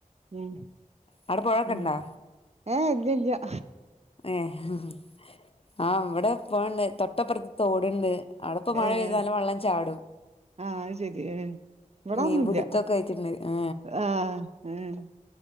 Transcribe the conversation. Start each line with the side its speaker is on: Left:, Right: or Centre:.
Right: ഉം
Left: അവിടെ പുഴൊക്കെ
Right: ഉം
Left: ഉണ്ടാ
Right: ഏഹ് ഇല്ലല്ലാ
Left: ഏഹ് ആഹ് ഇവടെ <unintelligible> തൊ തൊട്ടപ്പറത്ത് തോട്ണ്ട് അവടപ്പ മഴ
Right: ഏഹ്
Left: പെയ്താ നല്ല വെള്ളം ചാടും
Right: ആഹ് അത് ശെരി ഹ്മ്മ് ഇവടൊന്നുല്ല
Left: മീൻ പിടുത്തൊക്കെ ആയിട്ടുണ്ട് ആ
Right: ആഹ് ഏഹ്